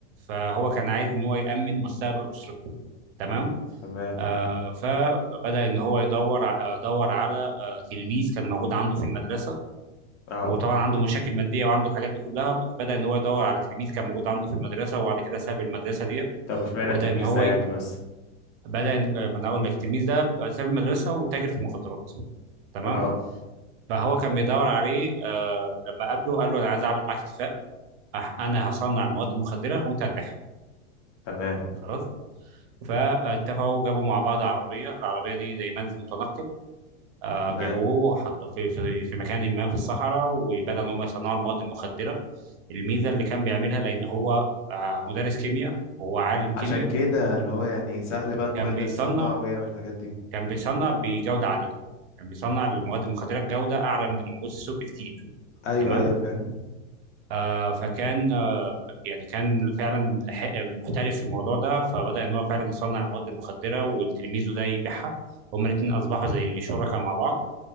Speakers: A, on the right (about 55°); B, on the left (about 75°).
A: فهو كان عايز إن هو يأمن مستقبل أسرته تمام
B: تمام
A: آه فبدأ إن هو يدور ع- آه، دور على آه تلميذ كان موجود عنده في المدرسة
B: اه
A: هو طبعا عنده مشاكل ماديه وعنده الحاجات دي كلها بدا ان هو يدور على تلميذ كان موجود عنده في المدرسه وبعد كده ساب المدرسه ديت
B: طب واشمعنى
A: وبدا
B: التلميذ
A: ان هو
B: ده يعني
A: ي-
B: بس
A: بدا إن- آه، ما انا اقول لك التلميذ ده ساب المدرسه وتاجر في المخدرات تمام
B: اه
A: فهو كان بيدور عليه آه ولما قابله قال له انا عايز اعمل معاك اتفاق أح- انا هصنع المواد المخدره وانت هتبيعها
B: تمام
A: خلاص فاتفقوا جابوا مع بعض عربيه العربيه دي زي منزل متنقل آه،
B: تمام
A: جابوه حط في في في مكان ما في الصحراء وبدأ ان هم يصنعوا المواد المخدره الميزه اللي كان بيعملها لان هو آه، مدرس كيمياء هو عالم كيمياء
B: عشان كده اللي هو يعني سهل بقى إن
A: كان
B: هو يقدر
A: بيصنع
B: يصنع ويعمل الحاجات دي
A: كان بيصنع بجوده عاليه كان بيصنع المواد المخدره بجوده اعلى من اللي موجود في السوق بكتير
B: أيوه
A: تمام
B: أيوه فاهم
A: آه فكان آه، يعني كان فعلا ح- محترف في الموضوع ده فبدأ ان هو فعلا يصنع المواد المخدره والتلميذ ده يبيعها هما الاثنين اصبحوا زي شركاء مع بعض